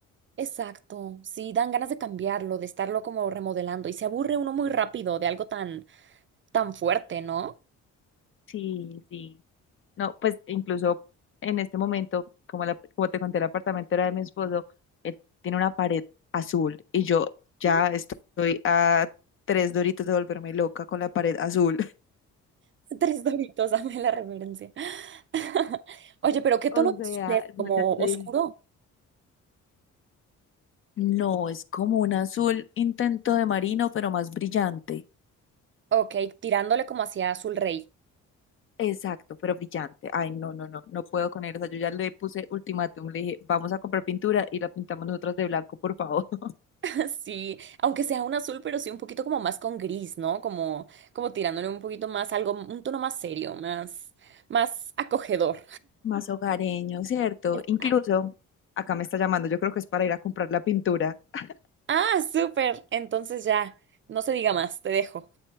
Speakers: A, on the right; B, on the left.
A: Exacto, sí, dan ganas de cambiarlo, de estarlo como remodelando y se aburre uno muy rápido de algo tan, tan fuerte, ¿no?
B: Sí, sí. No, pues incluso en este momento, como, la- como te conté, el apartamento era de mi esposo, él tiene una pared azul y yo ya
A: Mm,
B: estoy a tres doritos de volverme loca con la pared azul. <laughs>
A: Tres doritos, <laughs> dame la referencia. <laughs> Oye, pero ¿qué
B: O
A: tono de
B: sea,
A: azul es? ¿Como
B: yo ya
A: oscuro?
B: te dije. No, es como un azul intento de marino, pero más brillante.
A: Ok, tirándole como hacia azul rey.
B: Exacto, pero brillante. Ay, no, no, no, no puedo con él. O sea, yo ya le puse ultimátum, le dije, vamos a comprar pintura y la pintamos nosotras de blanco, por favor. <laughs>
A: <laughs> Sí, aunque sea un azul, pero sí un poquito como más con gris, ¿no? Como, como tirándole un poquito más, algo, un tono más serio, más, más acogedor.
B: Más hogareño, ¿cierto?
A: Exacto.
B: Incluso, acá me está llamando, yo creo que es para ir a comprar la pintura. <laughs>
A: Ah, súper. Entonces ya, no se diga más, te dejo.